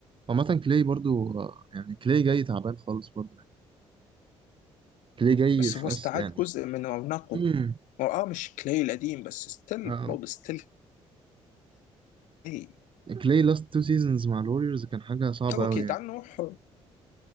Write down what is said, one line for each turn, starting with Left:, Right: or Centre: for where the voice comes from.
Right: عامة كلاي برضو آه، يعني كلاي جاي تعبان خالص برضو يعني كلاي جاي
Left: بس
Right: في
Left: هو استعاد
Right: أس يعني
Left: جزء من رونقه
Right: امم
Left: هو اه مش كلاي القديم بس ستيل
Right: اه
Left: برضه ستيل كلاي
Right: كلاي لاست تو سيزونز مع الوريورز كان حاجة صعبة
Left: هو اوكي
Right: أوي يعني
Left: تعال نروح